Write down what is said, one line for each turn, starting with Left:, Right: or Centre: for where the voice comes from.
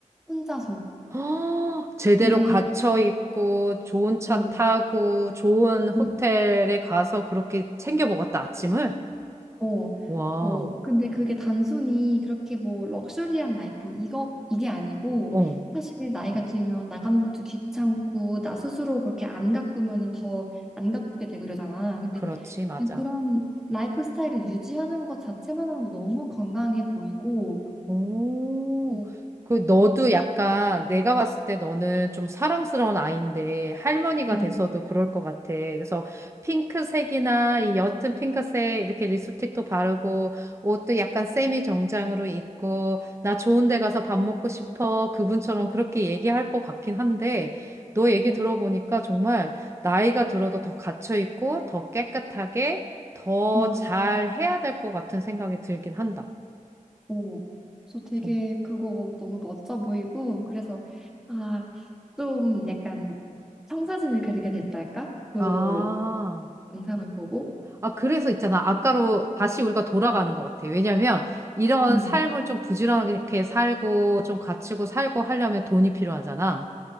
Centre: 혼자서.
Right: 헉, 제대로
Centre: 근데,
Right: 갇혀 있고, 좋은 차
Centre: 어,
Right: 타고, 좋은 호텔에
Centre: 음.
Right: 가서 그렇게 챙겨 먹었다, 아침을?
Centre: 어,
Right: 와,
Centre: 어. 근데 그게 단순히 그렇게 뭐 럭셔리한 라이프, 이거, 이게 아니고,
Right: 어,
Centre: 사실 나이가 들면 나가는 것도 귀찮고, 나 스스로 그렇게 안 가꾸면은 더 안 가꾸게 되고 이러잖아. 근데
Right: 그렇지, 맞아.
Centre: 그냥 그런 라이프 스타일을 유지하는 것 자체만으로도 너무 건강해 보이고,
Right: 오,
Centre: 어,
Right: 그 너도 약간 내가 봤을 때 너는 좀 사랑스러운 아이인데 할머니가
Centre: 음,
Right: 돼서도 그럴 것 같아. 그래서 핑크색이나 이 옅은 핑크색 이렇게 립스틱도 바르고 옷도 약간 세미 정장으로 입고 나 좋은 데 가서 밥 먹고 싶어. 그분처럼 그렇게 얘기할 것 같긴 한데 너 얘기
Centre: 어,
Right: 들어보니까 정말 나이가 들어도 더 갇혀 있고 더 깨끗하게 더
Centre: 음.
Right: 잘 해야 될 것 같은 생각이 들긴 한다.
Centre: 어, 저 되게
Right: 좀.
Centre: 그거 너무 멋져 보이고 그래서 아, 좀 약간 청사진을 그리게 됐달까? 그
Right: 아,
Centre: 영상을 보고
Right: 아, 그래서 있잖아. 아까로 다시 우리가 돌아가는 것 같아. 왜냐면 이런
Centre: 음,
Right: 삶을 좀 부지런하게 살고 좀 갖추고 살고 하려면 돈이 필요하잖아.